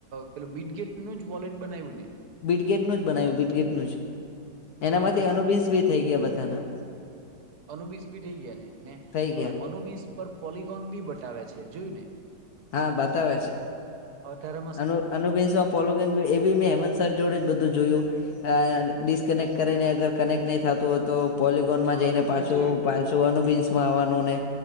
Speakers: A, on the right (about 65°); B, on the left (about 65°).
A: પે બિટગેટનું જ વોલેટ બનાવ્યું ને
B: બિટગેટ ન જ બનાવ્યું બીટગેટ નું જ એનામાંથી
A: હા બસ
B: અનુબિન્સ ભી થઈ ગયા બધાના
A: અનુબીસ બી થઈ ગયા ને ને
B: થઈ
A: હવે
B: ગયા
A: અનુબીસ પર પોલગોન બી બટવે છે જોયું ને
B: હા બતાવે છે
A: હ અત્યારે
B: અ અનુ પોલોન એ મે હેમંત સર જોડે જ બધું જોયું અ ડિસકનેક્ટ કરીને અગર કનેક્ટ નહી થતું હોય તો પોલિકોન માં
A: હા
B: જઈ ને
A: બધું
B: પાછું
A: જોયું
B: પાછું બીન્સમાં આવવાનું ને